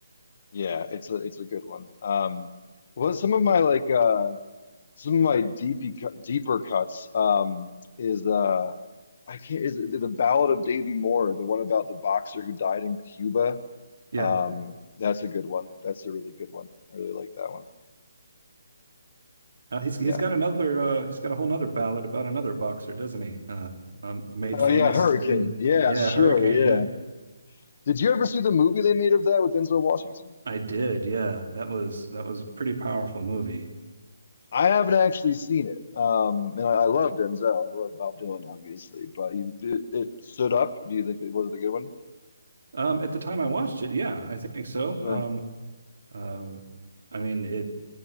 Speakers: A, on the left; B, on the right.
A: yeah, it's a it's a good one. Um, well, some of my like uh, some of my deepy cut- deeper cuts um, is uh, I can't is it the Ballad of Davy Moore, the one about the boxer who died in Cuba.
B: Yeah.
A: Um, that's a good one. That's a really good one. I really like that one.
B: Uh, he's he's
A: Yeah.
B: got another uh, he's got a whole nother ballad about another boxer, doesn't he? Uh, um, made
A: Oh
B: famous
A: yeah, Hurricane.
B: in
A: Yeah,
B: yeah,
A: sure.
B: Hurricane.
A: Yeah.
B: Yeah.
A: Did you ever see the movie they made of that with Denzel Washington?
B: I did, yeah. That was that was a pretty powerful movie.
A: I haven't actually seen it. Um, and I, I love Denzel. I love Bob Dylan, obviously, but you, it, it stood up. Do you think it was it a good one?
B: Um, at the time I watched it, yeah, I think so.
A: Sure.
B: Um, uh, I mean, it